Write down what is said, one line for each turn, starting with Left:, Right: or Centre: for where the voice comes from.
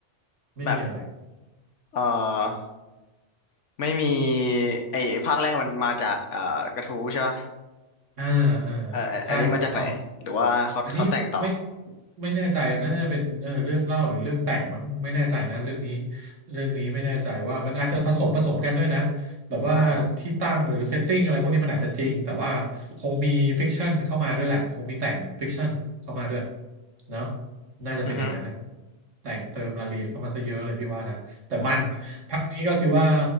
Right: ไม่มีอะไร
Left: แบบเอ่อไม่มีไอ้ไอ้ภาคแรกมันมาจากเอ่อกระทู้ใช่ป่ะ
Right: อ่าอ่า
Left: เอ่ออันอันนี้มาจากไหนหรือว่าเขาเขาแต่งต่อ
Right: ใช่ถูกต้อง อันนี้ไม่ไม่แน่ใจน่าจะเป็นเออเรื่องเล่าหรือเรื่องแต่งมั้งไม่แน่ใจนะเรื่องนี้เรื่องนี้ไม่แน่ใจว่ามันอาจจะผสมผสมกันด้วยนะแบบว่าที่ตั้งหรือเซตติ้งอะไรพวกนี้มันอาจจะจริงแต่ว่าคงมีฟิกชันเข้ามาด้วยแหละคงมีแต่งฟิกชันเข้ามาด้วย
Left: อ่า
Right: เนาะน่าจะเป็นอย่างนั้นนะ
Left: อือฮึ
Right: แต่งเติมรายละเอียดเข้ามาซะเยอะเลยพี่ว่านะแต่มันภาคนี้ก็คือว่า